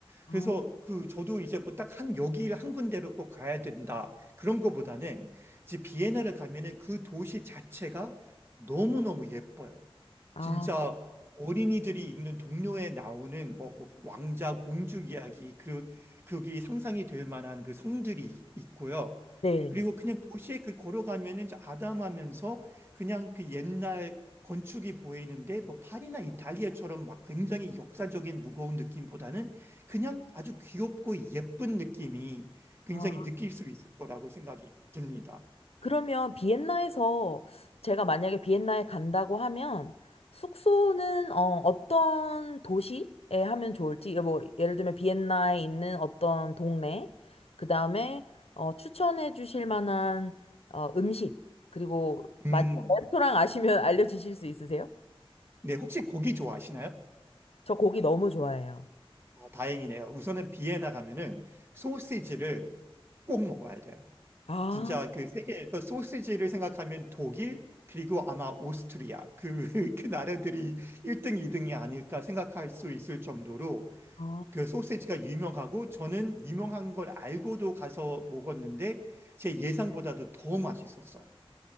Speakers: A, on the left; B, on the right.
A: 아,
B: 그래서 그 저도 이제 뭐 딱 한 여기를 한 군데로 꼭 가야 된다. 그런 거보다는 이제 비엔나를 가면은 그 도시 자체가 너무너무 예뻐요.
A: 아,
B: 진짜 어린이들이 읽는 동료에 나오는 뭐, 뭐 왕자 공주 이야기 그 그게 상상이 될 만한 그 성들이 있고요.
A: 네.
B: 그리고 그냥 도시에 그 걸어가면은 저 아담하면서 그냥 그 옛날 건축이 보이는데 뭐 파리나 이탈리아처럼 막 굉장히 역사적인 무거운 느낌보다는 그냥 아주 귀엽고 예쁜 느낌이 굉장히
A: 아,
B: 느낄 수 있을 거라고 생각이 듭니다.
A: 그러면 비엔나에서 제가 만약에 비엔나에 간다고 하면 숙소는 어, 어떤 도시에 하면 좋을지, 뭐, 예를 들면 비엔나에 있는 어떤 동네, 그 다음에 어, 추천해 주실 만한 어, 음식, 그리고
B: 음.
A: 만약 레스토랑 아시면 <laughs> 알려주실 수 있으세요?
B: 네, 혹시 고기 좋아하시나요?
A: 저 고기 너무 좋아해요.
B: 어, 다행이네요. 우선은 비엔나 가면은 소시지를 꼭 먹어야 돼요.
A: 아,
B: 진짜 그 세계에서 소시지를 생각하면 독일 그리고 아마 오스트리아 그, <laughs> 그 나라들이 1등, 2등이 아닐까 생각할 수 있을 정도로
A: 아.
B: 그 소시지가 유명하고 저는 유명한 걸 알고도 가서 먹었는데 제 예상보다도 더 맛있었어요.